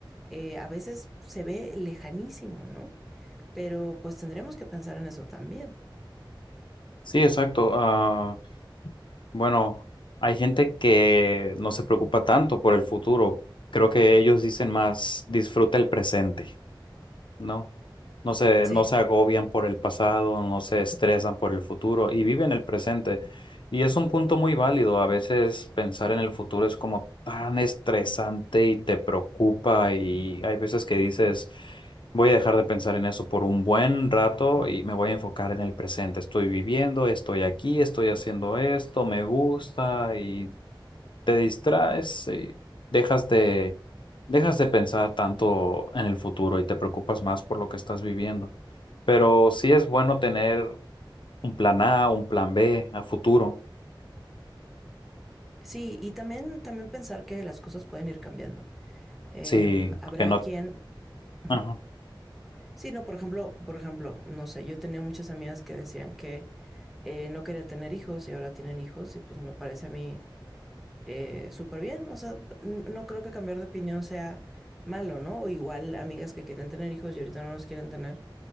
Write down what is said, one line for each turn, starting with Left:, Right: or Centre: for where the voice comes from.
Centre: eh, a veces se ve lejanísimo, ¿no? Pero pues tendremos que pensar en eso también.
Left: Sí, exacto. Ah, bueno, hay gente que no se preocupa tanto por el futuro. Creo que ellos dicen más, disfruta el presente. No, no se,
Centre: Sí,
Left: no se agobian por el pasado, no se estresan por el futuro y viven el presente. Y es un punto muy válido. A veces pensar en el futuro es como tan estresante y te preocupa y hay veces que dices, voy a dejar de pensar en eso por un buen rato y me voy a enfocar en el presente. Estoy viviendo, estoy aquí, estoy haciendo esto, me gusta y te distraes y dejas de, dejas de pensar tanto en el futuro y te preocupas más por lo que estás viviendo. Pero sí es bueno tener un plan A, un plan B a futuro.
Centre: Sí, y también, también pensar que las cosas pueden ir cambiando. Em,
Left: Sí,
Centre: habrá
Left: que no,
Centre: quien... Ujú.
Left: ajá,
Centre: Sí, no, por ejemplo, por ejemplo, no sé, yo tenía muchas amigas que decían que eh, no querían tener hijos y ahora tienen hijos y pues me parece a mí eh, súper bien. O sea, n- no creo que cambiar de opinión sea malo, ¿no? O igual amigas que querían tener hijos y ahorita no los quieren tener.